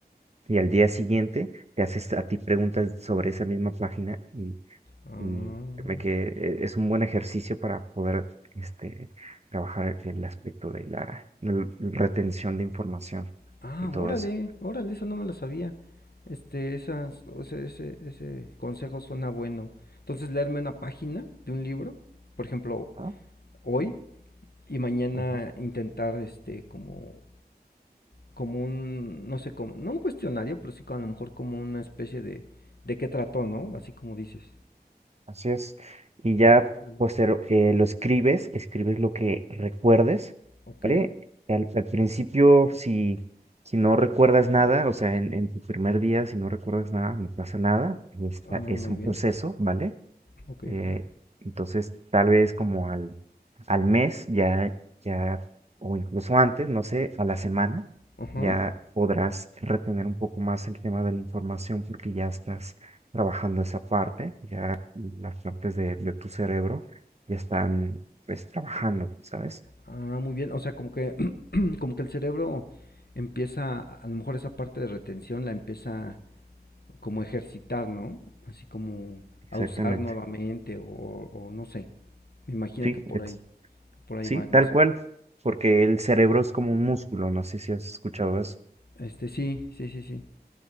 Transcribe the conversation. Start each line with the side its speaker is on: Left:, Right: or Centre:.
Right: y al día siguiente te haces a ti preguntas sobre esa misma página y
Left: ah,
Right: y créeme que eh, es un buen ejercicio para poder este, trabajar el aspecto de la, la retención de información
Left: Ah,
Right: y todo
Left: órale,
Right: eso.
Left: órale, eso no me lo sabía. Este, esas, o sea, ese, ese consejo suena bueno. Entonces, leerme una página de un libro, por ejemplo,
Right: Ajá,
Left: hoy y mañana
Right: ajá,
Left: intentar, este, como, como un, no sé, como, no un cuestionario, pero sí como a lo mejor como una especie de, de qué trató, ¿no? Así como dices.
Right: Así es. Y ya
Left: Órale.
Right: posterior, eh, lo escribes, escribes lo que recuerdes,
Left: Ok,
Right: ¿vale? Al, al principio, si, si no recuerdas nada, o sea, en, en tu primer día, si no recuerdas nada, no pasa nada. es
Left: ah,
Right: Es,
Left: muy
Right: un
Left: bien,
Right: proceso, ¿vale?
Left: ok,
Right: Eh,
Left: ok.
Right: entonces, tal vez como al al mes, ya, ya, o incluso antes, no sé, a la semana,
Left: Ajá,
Right: ya podrás retener un poco más el tema de la información porque ya estás trabajando esa parte, ya las partes de, de tu cerebro ya están pues trabajando, ¿sabes?
Left: Ah, muy bien. O sea, como que, <clears throat> como que el cerebro empieza, a lo mejor esa parte de retención la empieza como a ejercitar, ¿no? Así como
Right: Exactamente.
Left: a usar nuevamente o, o no sé. Me imagino
Right: Sí,
Left: que por
Right: ex-
Left: ahí, por ahí
Right: sí,
Left: va
Right: tal
Left: el asunto.
Right: cual, porque el cerebro es como un músculo, no sé si has escuchado eso.
Left: Este, sí, sí, sí, sí.